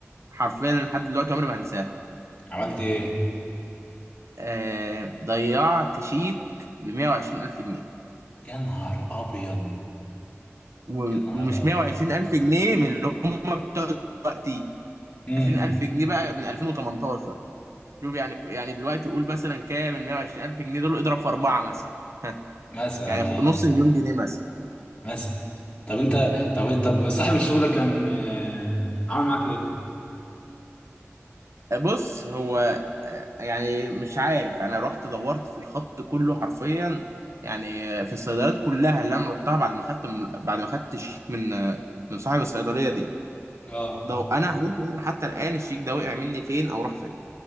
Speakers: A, on the right; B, on the left.
A: حرفيا لحد دلوقتي عمري ما هنساه
B: عملت ايه
A: آه ضيعت شيك ب 120 ألف جنيه
B: يا نهار ابيض
A: و-
B: يا نهار
A: ومش
B: ابيض
A: 120 ألف جنيه من اللي هم بتوع دلوقتي
B: امم
A: 20 ألف جنيه بقى من 2018 شوف يعني يعني دلوقتي قول مثلا كام من 120 ألف جنيه دول اضرب في أربعة مثلا <laughs>
B: مثلا
A: يعني خ-
B: اه
A: نص مليون جنيه مثلا
B: مثلا طب انت طب انت طب صاحب الشغل كان آه، عامل معاك ايه
A: آه، بص هو آه، يعني مش عارف انا رحت دورت في الخط كله حرفيا يعني آه، في الصيدليات كلها اللي انا رحتها بعد ما خدت بعد ما خدت الشيك من آه، من صاحب الصيدليه دي
B: اه
A: ده انا هموت وأعرف حتى الان الشيك ده وقع مني فين او راح فين